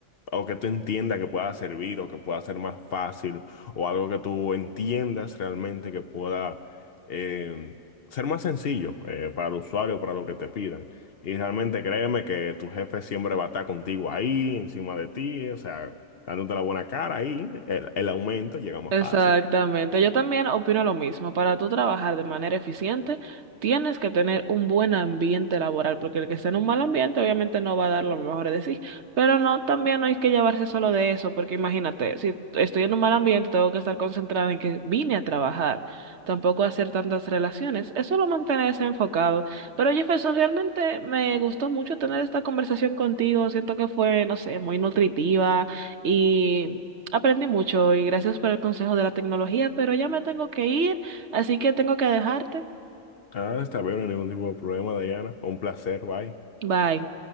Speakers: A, on the left; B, on the right.
A: o que tú entiendas que pueda servir, o que pueda ser más fácil, o algo que tú entiendas realmente que pueda eh, ser más sencillo eh, para el usuario, para lo que te pidan. Y realmente créeme que tu jefe siempre va a estar contigo ahí, encima de ti, o sea dándote la buena cara ahí, el, el aumento llega más
B: Exactamente.
A: fácil.
B: Yo también opino lo mismo. Para tú trabajar de manera eficiente, tienes que tener un buen ambiente laboral, porque el que está en un mal ambiente obviamente no va a dar lo mejor de sí. Pero no, también no hay que llevarse solo de eso, porque imagínate, si estoy en un mal ambiente, tengo que estar concentrada en que vine a trabajar, tampoco hacer tantas relaciones. Es solo mantenerse enfocado. Pero Jefferson, realmente me gustó mucho tener esta conversación contigo. Siento que fue, no sé, muy nutritiva. y Aprendí mucho y gracias por el consejo de la tecnología, pero ya me tengo que ir, así que tengo que dejarte.
A: Ah, está bien, no hay ningún tipo de problema, Diana. Un placer, bye.
B: Bye.